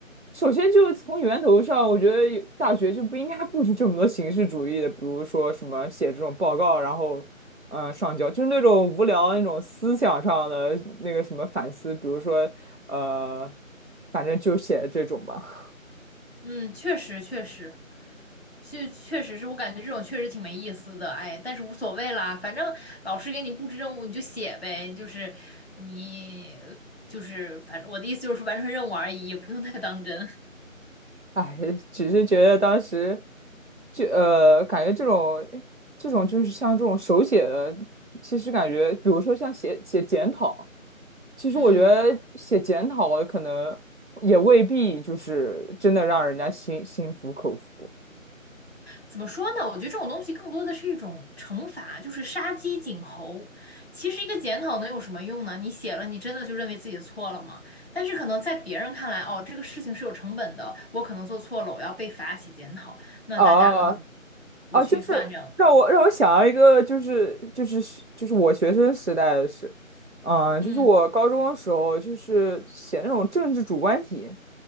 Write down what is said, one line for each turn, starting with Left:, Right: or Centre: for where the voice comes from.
Right: 首先就是从源头上，我觉得有大学就不应该布置这么多形式主义的，比如说什么写这种报告，然后嗯上交，就是那种无聊的那种思想上的那个什么反思，比如说呃，反正就写这种吧。
Left: 嗯，确实确实，就确实是我感觉这种确实挺没意思的，哎，但是无所谓啦，反正老师给你布置任务你就写呗，就是你就是反正我的意思就是完成任务而已，也不用太当真。
Right: 哎，只是觉得当时就呃，感觉这种这种就是像这种手写的，其实感觉，比如说像写写检讨。其实我觉得写检讨可能也未必就是真的让人家心心服口服
Left: 嗯，怎么说呢？我觉得这种东西更多的是一种惩罚，就是杀鸡儆猴。其实一个检讨能有什么用呢？你写了，你真的就认为自己的错了吗？但是可能在别人看来，哦，这个事情是有成本的，我可能做错了，我要被罚写检讨，那大家可能
Right: 啊
Left: 不去犯这样的错。
Right: 啊！就是让我让我想到一个，就是就是就是我学生时代的事，嗯，
Left: 嗯。
Right: 就是我高中的时候，就是写那种政治主观题，